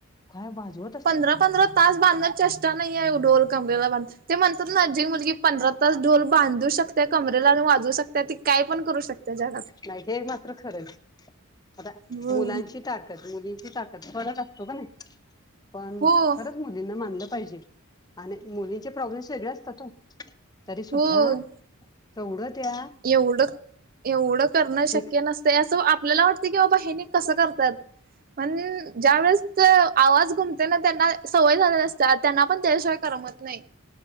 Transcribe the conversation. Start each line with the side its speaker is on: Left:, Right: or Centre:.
Left: काय वाजवतात
Right: पंधरा पंधरा तास बांधून चेष्टा नाहीये अहो, ढोल कमरेला बांधून. ते म्हणतात ना, जी मुलगी पंधरा तास ढोल बांधू शकत ते कमरेला आणि वाजवू शकते. ती काय पण करू शकता ज
Left: नाही, हे मात्र खरं आहे. आता
Right: हो
Left: मुलांची ताकद, मुलीं ची ताकत फरक असतो का नाही. पण
Right: हो
Left: खरं पण मुलींना मानलं पाहिजे आणि मुलींचे प्रॉब्लेम्स वेगळे असतात ओ. तरी सुद्धा,
Right: हो
Left: तेवढं त्या
Right: एवढं, एवढं करणं शक्य
Left: एक
Right: नसत तंय. असं आपल्याला वाटतं की, बाबा हे नी कसं करतात पण ज्या वेळेस त्यो आवाज घुमते ना, त्यांना सवय झालेली असते. त्यांना पण त्याशिवाय करमत नाही नाही